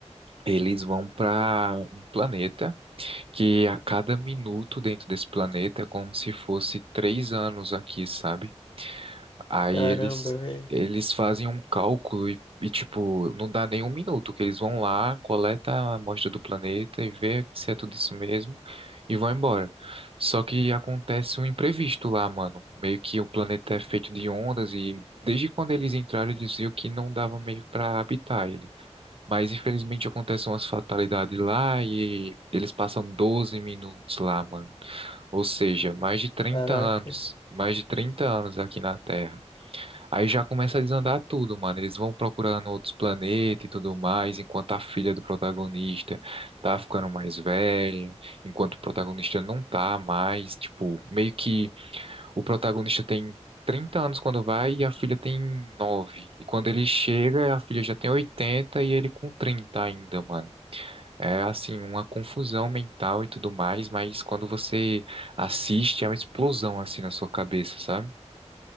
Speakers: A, on the right; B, on the left.
A: eles vão para um planeta que a cada minuto dentro desse planeta é como se fosse três anos aqui, sabe? Aí
B: Caramba,
A: eles,
B: velho.
A: eles fazem um cálculo e, e, tipo, não dá nem um minuto, que eles vão lá, coleta a amostra do planeta e vê se é tudo isso mesmo e vão embora. Só que acontece um imprevisto lá, mano. Meio que o planeta é feito de ondas e desde quando eles entraram eles viram que não dava meio pra habitar ele. Mas infelizmente acontecem umas fatalidades lá e eles passam 12 minutos lá, mano. Ou seja, mais de trinta
B: Caraca.
A: anos, mais de 30 anos aqui na Terra. Aí já começa a desandar tudo, mano. Eles vão procurando outros planetas e tudo mais, enquanto a filha do protagonista tá ficando mais velha, enquanto o protagonista não tá mais. Tipo, meio que o protagonista tem 30 anos quando vai e a filha tem 9. E quando ele chega, a filha já tem 80 e ele com 30 ainda, mano. É assim, uma confusão mental e tudo mais, mas quando você assiste, é uma explosão assim na sua cabeça, sabe?